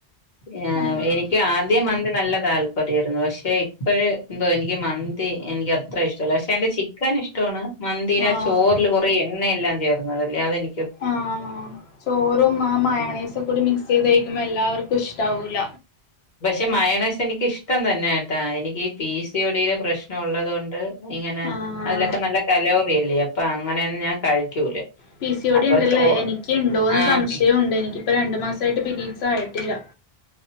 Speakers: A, on the left; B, on the left.
A: ആ
B: അങ്ങനെ
A: എനിക്ക് ആദ്യം മന്ത് നല്ല താല്പര്യമായിരുന്നു പക്ഷെ <unintelligible> ഇപ്പോഴ്‌ എന്തോ എനിക്ക് മന്തി എനിക്കത്ര ഇഷ്ടല്ല പക്ഷെ അയ്ന്റെ ചിക്കൻ ഇഷ്ട്ടാണ് മന്തിടാചോറില്
B: ആഹ്
A: കുറെ എണ്ണ എല്ലാം <unintelligible> <unintelligible>
B: ആഹ് ചോറും ആ മായണേസും
A: ഉം
B: ക്ക്കൂടി മിക്സ് <unintelligible> എല്ലാവർക്കും ഇഷ്ട്ടാവൂല്ല
A: പക്ഷെ മൈണസ് എനിക്കിഷ്ടം തന്നെ ആട്ടാ എനിക്ക് ഈ പി സി യോടിടെ പ്രശ്നം ഉള്ളത്കൊണ്ട് ഇങ്ങനെ
B: ആഹ്
A: അതിലൊക്കെ നല്ല <unintelligible> അല്ലേ അപ്പൊ അങ്ങനെയൊന്നും ഞാൻ കഴിക്കൂല
B: പി സി ഒ
A: അപ്പൊ
B: ടി ഇണ്ടല്ലേ
A: ചോറ്
B: എനിക്ക്ണ്ടോന്ന്
A: ആഹ്
B: സംശയംഒണ്ട്
A: പി
B: എനിക്കിപ്പോ രണ്ടു മാസായിട്ട് പിരീഡ്സ് ആയി ഇല്ല